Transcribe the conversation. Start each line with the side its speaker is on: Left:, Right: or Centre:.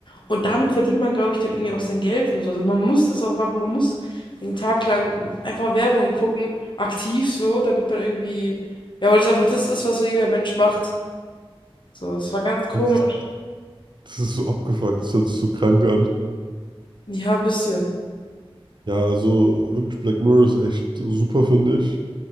Left: Und damit verdient man, glaube ich, dann irgendwie auch sein Geld und so. Also man muss das auch machen. Man muss den Tag lang einfach Werbung gucken, aktiv so, damit man irgendwie, ja, weil das einfach das ist, was so jeder Mensch macht. So, es war ganz komisch.
Right: Das ist, das ist so abgefuckt. Das hört sich so krank an.
Left: Ja, ein bisschen.
Right: Ja, also wirklich Black Mirror ist echt super, finde ich.